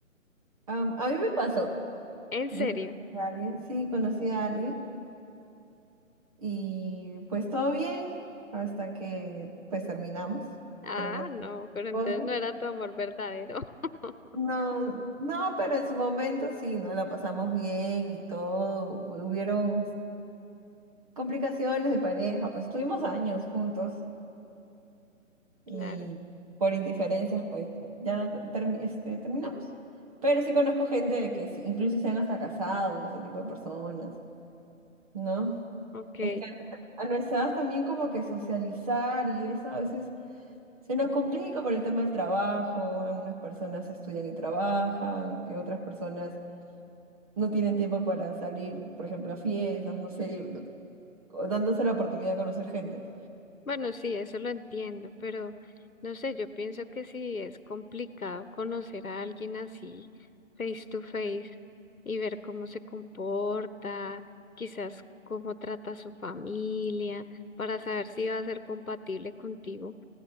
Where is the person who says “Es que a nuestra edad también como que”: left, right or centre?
Right